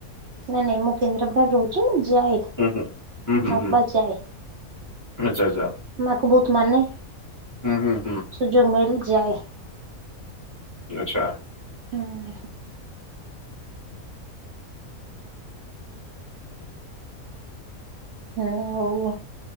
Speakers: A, on the right; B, on the left.
A: ନାଇଁ ନାଇଁ ମୁଁ କେନ୍ଦ୍ରାପଡ଼ାରେ ରହୁଛି ମୁଁ ଯାଏ
B: ହୁଁ ହୁଁ। ହୁଁ
A: ନର୍ମାଲ
B: ହୁଁ ହୁଁ
A: ଯାଏ
B: ଆଚ୍ଛା ଆଚ୍ଛା
A: ମା କୁ ବହୁତ୍ ମାନେ।
B: ହୁଁ ହୁଁ ହୁଁ
A: ସୁଯୋଗ ମିଳିଲେ ଯାଏ।
B: ଆଚ୍ଛା।
A: ହୁଁ। ହୁଁ ହଉ ଆଉ